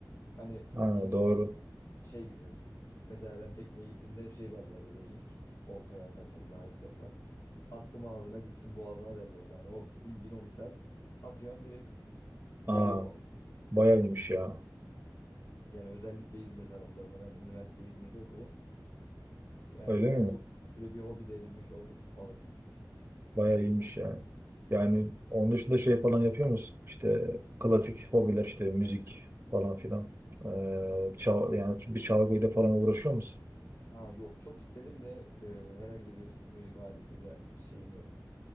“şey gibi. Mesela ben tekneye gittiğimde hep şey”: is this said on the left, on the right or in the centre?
Left